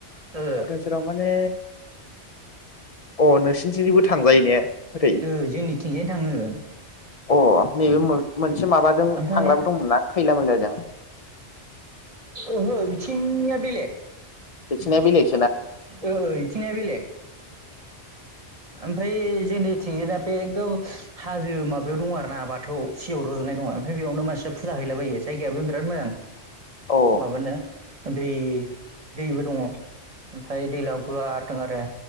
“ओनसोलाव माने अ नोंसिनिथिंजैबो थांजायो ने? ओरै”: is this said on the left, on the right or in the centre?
Left